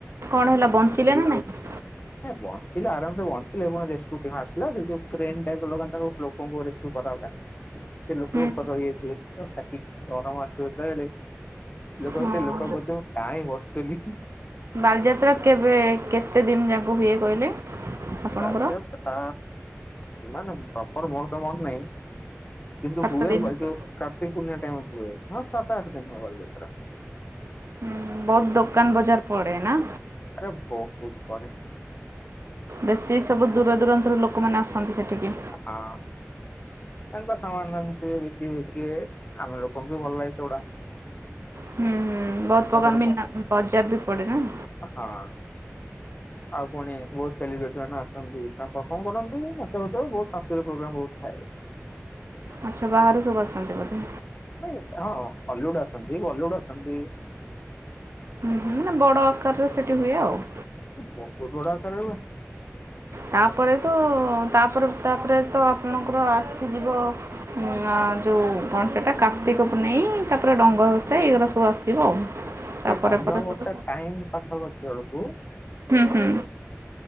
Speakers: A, on the right (about 60°); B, on the left (about 30°).
A: କଣ ହେଲା ବଞ୍ଚିଲେ ନା ନାଇଁ।
B: ହଁ ବଞ୍ଚିଲେ ଆରାମସେ ବଞ୍ଚିଲେ ପୁଣି ରେସ୍କ୍ୟୁ ଟିମ୍ ଆସିଲା ସେଇ ଯୋଉ କ୍ରେନ୍ ଟାଇପ୍ ର ଲୋକ ତା ଲୋକଙ୍କୁ ରେସ୍କ୍ୟୁ କରାଗଲା ସେ ଲୋକ
A: ହୁଁ
B: ଉପରେ ରଇଯାଇଥିଲେ ତ ଲଖିକି। ଡର ମାରୁୁଥିବା ଯେତେବଳେ ଲୋକ
A: ହୁଁ
B: ଲୋକ
A: ହଁ।
B: କହୁଥିବେ ମୁଁ କାଁଁଇ ବସୁଥିଲି।
A: ବାଲିଯାତ୍ରା କେବେ କେତେ ଦିନ ଯାକ ହୁଏ କହିଲେ? ଆପଣଙ୍କର?
B: ବାଲିଯାତ୍ରା ମାନେ ପ୍ରପର ମୋର ତ ମନ ନାହିଁ। କିନ୍ତୁ
A: ସାତ
B: ହୁଏ
A: ଦିନ
B: ବ
A: ହୁଁ
B: ଯୁ କାର୍ତ୍ତିକି ପୂର୍ଣିମା ଟାଇମ ହୁଏ। ହଁ ସାତ ଆଠ ଦିନ ହୁଏ ବାଲିଯାତ୍ରା।
A: ହୁଁ ବହୁତ୍ ଦୋକାନ ବଜାର ପଡେ ନା?
B: ଆରେ ବହୁତ ପଡେ ହଁ
A: ବେଶୀ ସବୁ ଦୂର ଦୂରାନ୍ତରୁ ଲୋକମାନେ ଆସନ୍ତି ସେଠିକି।
B: ହଁ। ତାଙ୍କ ସାମାନ ଏ ବିକିବେ ବିକିବେ ଆମ ଲୋକଙ୍କୁ ବି ଭଲ ଲାଗେ ସେଗୁଡା।
A: ହୁଁ ହୁଁ ବହୁତ ପ୍ରକାର
B: ତାପରେ
A: ମିନା
B: କଣ
A: ବଜାର ବି ପଡେ ନା?
B: ହଁ। ଆଉ ଫୁଣି ବହୁତ ସେଲିବ୍ରେଟି ମାନେଆସନ୍ତି ତାଙ୍କ ପରଫର୍ମ କରନ୍ତି ନାଚ ଗୀଚ ବହୁତ ସାଂସ୍କୃତିକ ପ୍ରୋଗ୍ରାମ ବହୁତ ଥାଏ।
A: ଆଚ୍ଛା ବାହାରୁ ସବୁ ଆସନ୍ତି ବୋଧେ?
B: ନାଇଁ ହଁ ଅଲିଉଡୁ ଆସନ୍ତି ବଲିଉଡୁ ଆସନ୍ତି।
A: ହୁଁ ହୁଁ ମାନେ ବଡ଼ ଆକାରରେ ସେଠି ହୁଏ ଆଉ।
B: ବହୁତ ବଡ଼ ଆକାରରେ ହୁଏ।
A: ତାପରେ ତ ତାପରେ ତାପରେ ତ ଆପଣଙ୍କର ଆସିଯିବ। ଉଁ ଆ ଯୋଉ କଣ ସେଟା କାର୍ତ୍ତିକ ପୂର୍ଣ୍ଣେଇଁ ତାପରେ ଡଙ୍ଗ। ଭସା ଏଇଗୁଡା ସବୁ ଆସିବ ଆଉ। ତାପରେ
B: ସେ ଡଙ୍ଗା
A: ପରେ
B: ଭସା
A: ସବୁ
B: ଟାଇମ ପାଖ ପାଖି ଅଳକୁ।
A: ହୁଁ ହୁଁ